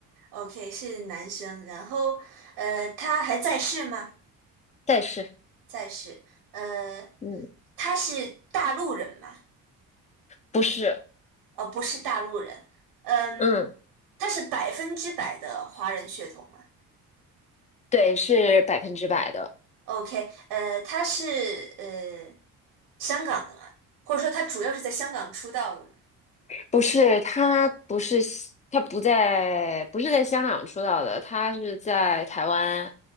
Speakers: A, on the right; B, on the left.
A: OK，是男生，然后呃，他还在世吗？
B: 但是，
A: 在世，呃，
B: 嗯，
A: 他是大陆人吗？
B: 不是，
A: 呃，不是大陆人，嗯，
B: 嗯。
A: 他是百分之百的华人血统吗
B: 对，是百分之百的，
A: ？OK，呃，他是呃香港的吗？或者说他主要是在香港出道的吗？
B: 不是他不是西他不在不是在香港出道的，他是在台湾。